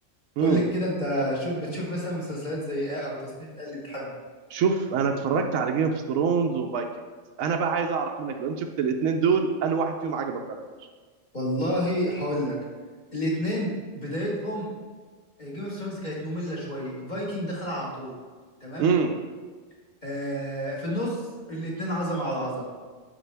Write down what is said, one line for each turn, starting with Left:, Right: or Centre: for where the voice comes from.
Right: مم.
Left: قول لي كده انت شوف بتشوف مثلا مسلسلات زي ايه او تصنيف ايه اللي بتحبه
Right: شوف انا اتفرجت على جيم اوف ثرونز وفايكنجز انا بقى عايز اعرف منك لو انت شفت الاثنين دول انا واحد فيهم عجبك اكتر
Left: والله هقول لك الاتنين بدايتهم جيم اوف ثرونز كانت ممله شويه فايكنج دخل على طول تمام
Right: امم
Left: آه في النص الاتنين عظمه على عظمه